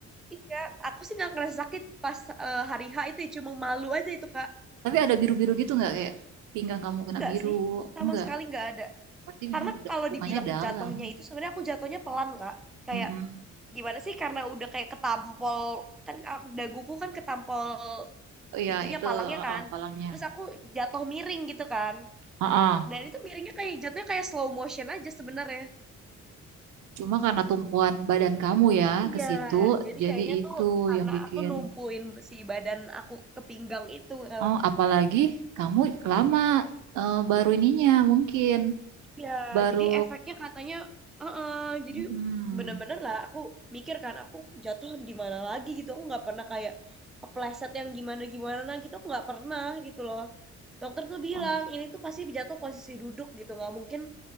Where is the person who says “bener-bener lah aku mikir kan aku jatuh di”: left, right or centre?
Centre